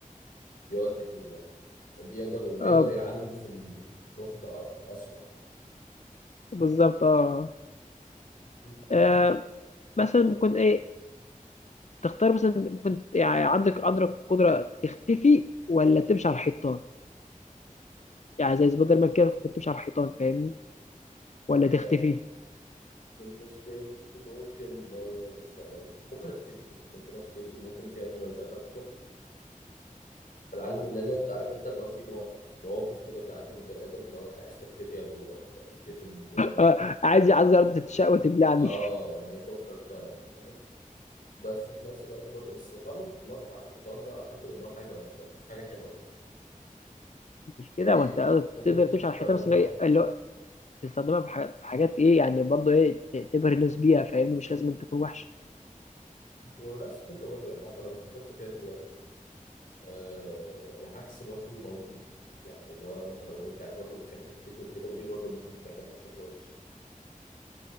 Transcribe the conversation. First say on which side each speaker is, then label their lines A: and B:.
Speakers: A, on the left (about 75°); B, on the left (about 55°).
A: بيقعد كتير يعني وبيقدر وبيقدر
B: اه
A: يعلم في المخ آه، أسرع
B: بالظبط اه
A: مم.
B: آه، مثلا ممكن ايه تختار مثلا ممكن يعني عندك عندك قدره تختفي ولا تمشي على الحيطان يعني زي سبايدر مان كده كنت تمشي على الحيطان فاهمني ولا تختفي
A: آه، بالنسبة لي ممكن آه، مش عارف ممكن أختفي ممكن أختفي ممكن فيها مميزات أكتر العلم اللي انا انت عارف انت اللي هو في موا- مواقف كده بتعدي بالبني ادم اللي هو انت عايز تختفي يا ابني دلوقتي يعني اختفي من جواك
B: آه،
A: بقى وبتاع.
B: عايز عايز ارض تتشق وتبلعني
A: اه يعني فكك بقى يعني فاهم بس في نفس الوقت برضه بس الحر النط بتاع الحيطان ده اعتقد ان هو حاجه وحشه مش حاجه حلوه يعني
B: <laughs> مش
A: يعني
B: كده ما انت
A: ممكن
B: تقدر
A: تستخدمها
B: تمشي على الحيطه بس اللي هي- اللي هو تستخدمها في ح- في حاجات ايه يعني برضه ايه ت- تبهر الناس بيها فاهمني مش لازم تكون وحشه
A: ونفس الفكره برضه يعني حتى لو فكرت فيها دلوقتي آه العكس برضه موجود يعني اللي هو لما انت لو انت برضه بتحب تختفي وكده ودي برضه ممكن تعملها بشكل وحش